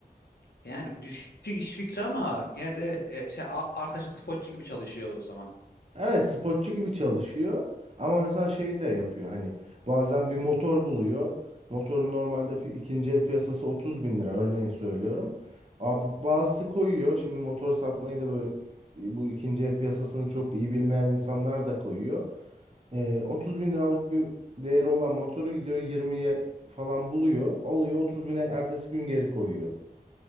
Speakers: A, on the left (about 75°); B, on the right (about 40°).
A: yani düşük iş fikri ama yine de e, şey a- arkadaşın spotçu gibi çalışıyor o zaman.
B: Evet spotçu gibi çalışıyor ama mesela şey de yapıyor hani bazen bir motor buluyor. Motorun normalde pi- ikinci el piyasası 30 bin lira örneğin söylüyorum. Abi bazısı koyuyor şimdi motor satmayı da böyle e, bu ikinci el piyasasını çok iyi bilmeyen insanlar da koyuyor. Ee, 30 bin liralık bir değeri olan motoru gidiyor 20'ye falan buluyor alıyor 30 bine ertesi gün geri koyuyor.